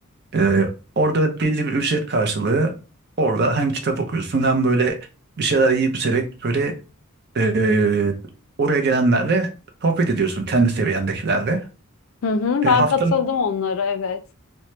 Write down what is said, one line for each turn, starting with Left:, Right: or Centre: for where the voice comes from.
Right: Ee, orada belli bir ücret karşılığı orada hem kitap okuyorsun hem böyle bir şeyler yiyip içerek böyle e, oraya gelenlerle sohbet ediyorsun kendi seviyendekilerle.
Left: Hı hı,
Right: E,
Left: ben
Right: haftanın
Left: katıldım onlara evet.